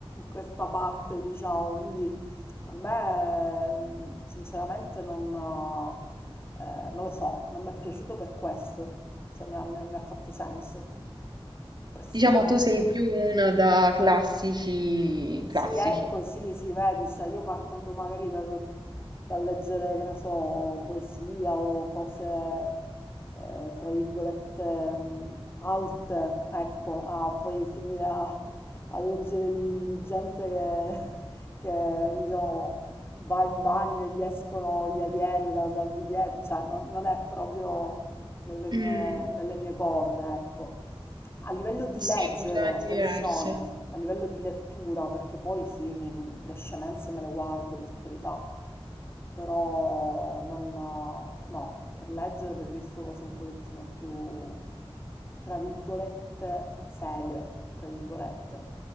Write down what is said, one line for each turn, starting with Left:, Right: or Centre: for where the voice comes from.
Left: questa parte, diciamo, quindi a me mh, sinceramente non... eh, eh, non lo so, non mi è piaciuto per questo, cioè mi ha, mi ha- mi ha fatto senso, impressione.
Right: Diciamo, tu sei più una da classici,
Left: Sì,
Right: classici.
Left: ecco, sì, sì, vedi, cioè io partendo magari da, da da leggere, che ne so, poesia o cose, eh, tra virgolette, mh, alte, ecco, a poi finire a, a leggere di, di gente che, che, diciamo, va in bagno e gli escono gli alieni da- dal di dietro, cioè non, non è proprio nelle mie,
Right: Mm,
Left: nelle mie corde, ecco. A livello di
Right: sì,
Left: leggere,
Right: completamente
Left: attenzione,
Right: diverse.
Left: a livello di lettura, perché poi sì, mi- le scemenze me le guardo per carità, però non, no, per leggere preferisco cose un pochettino più, tra virgolette, serie, tra virgolette.